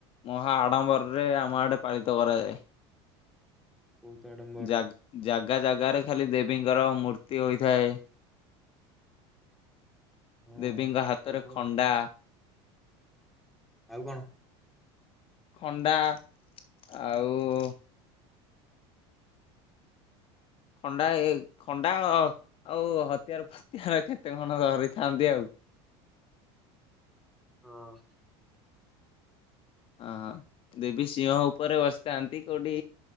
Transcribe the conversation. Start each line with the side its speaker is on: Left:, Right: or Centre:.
Left: ମହା ଆଡମ୍ବରରେ ଆମ ଆଡେ ପାଳିତ କରାଯାଏ।
Centre: ବହୁତ ଆଡମ୍ବରରେ
Left: ଜାଗ ଜାଗା ଜାଗାରେ ଖାଲି ଦେବୀଙ୍କର ମୂର୍ତ୍ତି ହୋଇଥାଏ।
Centre: ହଁ
Left: ଦେବୀଙ୍କ ହାତରେ
Centre: ହବ
Left: ଖଣ୍ଡା
Centre: ଆଉ କଣ?
Left: ଖଣ୍ଡା ଆଉ ଖଣ୍ଡା ଖଣ୍ଡା ଆଉ ହତିଆର ଫତିଆର କେତେ କଣ ଧରିଥାନ୍ତି ଆଉ
Centre: ହଁ।
Left: ହଁ ହ ଦେବି ସିଂହ ଉପରେ ବସି ଥାନ୍ତି କୋଉଠି